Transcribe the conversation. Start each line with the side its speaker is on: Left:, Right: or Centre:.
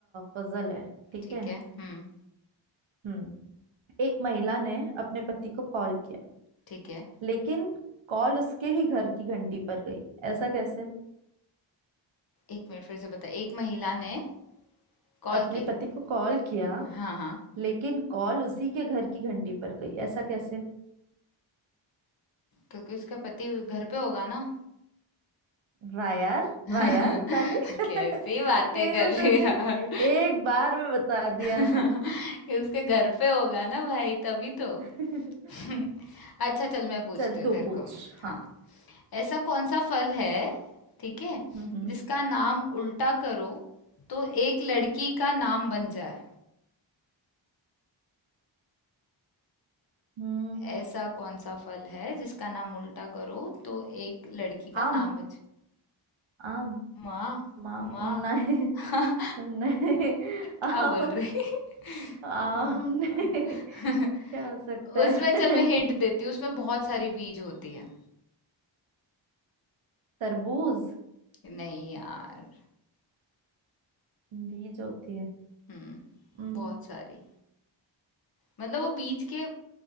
Right: पजल है ठीक
Left: ठीक
Right: है
Left: है हम्म
Right: हम्म एक महिला ने अपने पति को कॉल किया
Left: ठीक है
Right: लेकिन कॉल उसके ही घर की घंटी पर गई ऐसा कैसे
Left: एक मिनट फिर से बता एक महिला ने कॉल
Right: अपने
Left: की
Right: पति को कॉल किया
Left: हाँ हाँ
Right: लेकिन कॉल उसी के घर की घंटी पर गई ऐसा कैसे
Left: क्योंकि उसका पति घर पे होगा ना
Right: वाह यार
Left: <laughs>
Right: वाह यार मिताली <laughs>
Left: कैसी बातें
Right: ये
Left: कर
Right: तो
Left: रही
Right: तूने
Left: है यार
Right: एक बार में बता दिया
Left: <laughs>
Right: है ना
Left: ये उसके घर पे होगा ना भाई तभी तो
Right: <laughs>
Left: <laughs> अच्छा चल मैं पूछती
Right: चल
Left: हूँ
Right: तू
Left: तेरे
Right: पूछ
Left: को हाँ
Right: हाँ
Left: ऐसा कौन सा फल है ठीक है
Right: हम्म हम्म
Left: जिसका नाम उल्टा करो तो एक लड़की का नाम बन जाए
Right: हम्म,
Left: ऐसा कौन सा फल है जिसका नाम उल्टा करो तो एक लड़की का
Right: आम
Left: नाम बन जाए
Right: आम
Left: माँ
Right: माम
Left: माँ
Right: नहीं
Left: <laughs>
Right: <laughs> नहीं
Left: क्या
Right: आम
Left: बोल रही
Right: आम
Left: हाँ,
Right: नहीं
Left: हाँ।
Right: <laughs>
Left: <laughs>
Right: क्या हो सकता है
Left: उसमें चल मैं हिंट देती हूँ उसमें बहुत सारी बीज होती है
Right: <laughs> तरबूज
Left: नहीं यार
Right: बीज होती है
Left: हम्म
Right: हम्म,
Left: बहुत सारी मतलब वो बीज के